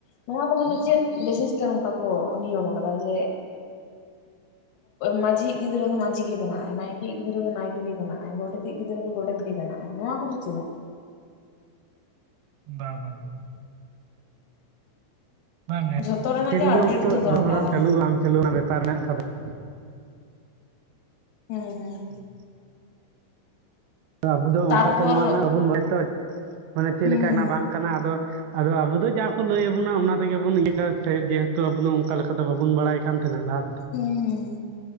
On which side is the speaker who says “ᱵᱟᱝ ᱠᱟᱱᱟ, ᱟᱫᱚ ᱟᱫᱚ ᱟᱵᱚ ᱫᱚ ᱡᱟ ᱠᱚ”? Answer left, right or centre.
Right